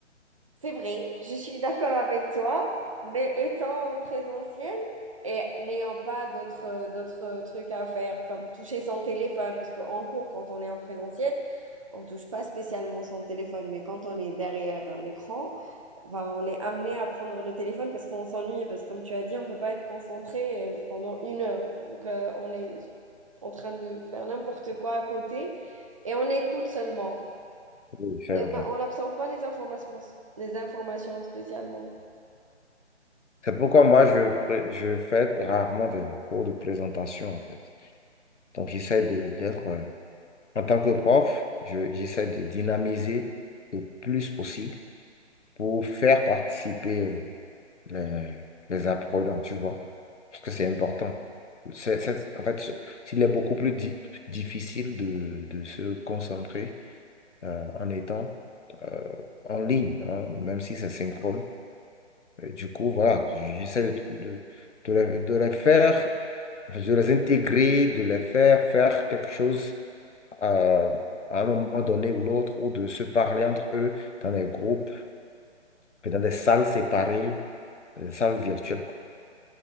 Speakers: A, on the right (about 30°); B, on the left (about 75°).
A: C'est vrai, je suis d'accord avec toi, mais étant en présentiel et n'ayant pas d'autres euh, d'autres euh, trucs à faire, comme toucher son téléphone, parce qu'en cours, quand on est en présentiel, on touche pas spécialement son téléphone, mais quand on est derrière un écran, ben, on est amené à prendre le téléphone parce qu'on s'ennuie, parce que comme tu as dit, on peut pas être concentré euh, pendant une heure. Donc, euh, on est en train de faire n'importe quoi à côté et on écoute seulement.
B: Oui, c'est
A: Et
B: vrai.
A: on n'absorbe pas les informations, les informations spécialement.
B: C'est pourquoi moi, je, pré- je fais rarement des cours de présentation, en fait. Donc, j'essaie de, d'être, euh, en tant que prof, je- j'essaie de dynamiser le plus possible pour faire participer les, les apprenants, tu vois, parce que c'est important. C'est, c'est- en fait, c'est- il est beaucoup plus di- difficile de, de se concentrer euh, en étant euh, en ligne, hein, même si c'est synchrone. Et du coup, voilà, j'essaie de, de, de les, de les faire, enfin, de les intégrer, de les faire faire quelque chose euh, à un moment donné ou l'autre, ou de se parler entre eux dans des groupes, dans des salles séparées, des salles virtuelles